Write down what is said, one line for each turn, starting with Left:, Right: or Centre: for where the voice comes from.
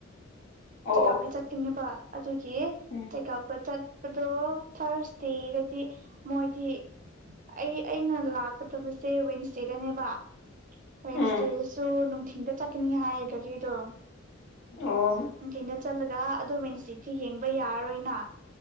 Left: ꯑꯣ
Right: ꯆꯦꯛꯀꯞꯀꯤ
Left: ꯑꯣ
Right: ꯆꯠꯀꯅꯤꯕ ꯑꯗꯨꯒꯤ
Left: ꯎꯝ
Right: ꯆꯦꯛꯀꯞꯀ ꯆꯠꯄꯗꯣ ꯊꯥꯔꯁꯗꯦꯗꯗꯤ ꯃꯣꯏꯗꯤ ꯑꯩ ꯑꯩꯅ ꯂꯥꯛ ꯆꯇꯕꯁꯦ ꯋꯤꯟꯁꯗꯦꯗꯅꯦꯕ ꯋꯤꯟꯁꯗꯦꯗꯁꯨ
Left: ꯎꯝ
Right: ꯅꯨꯡꯊꯤꯟꯗ ꯆꯠꯀꯅꯤ ꯍꯥꯏ ꯒꯥꯔꯤꯗꯣ
Left: ꯑꯣ
Right: ꯅꯨꯡꯗꯤꯟꯗ ꯆꯠꯂꯒ ꯑꯗꯨ ꯋꯦꯟꯅꯁꯗꯦꯗꯤ ꯌꯦꯡꯕ ꯌꯥꯔꯔꯣꯏꯅ